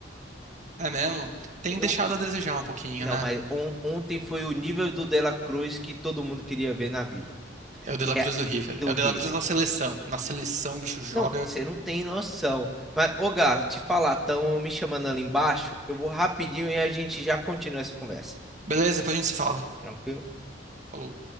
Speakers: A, on the right; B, in the centre.
A: É mesmo? Tem
B: Eu,
A: deixado a desejar um pouquinho,
B: não,
A: né?
B: mas on- ontem foi o nível do Dela Cruz que todo mundo queria ver na vida.
A: É o De La
B: que
A: Cruz
B: é
A: do River.
B: do
A: né? É o
B: River.
A: De La Cruz da seleção. Na seleção, o bicho joga.
B: Não, você não tem noção. Mas, ô Gá, te falar, estão me chamando ali embaixo. Eu vou rapidinho e a gente já continua essa conversa.
A: Beleza, depois a gente se fala.
B: Tranquilo?
A: Falou.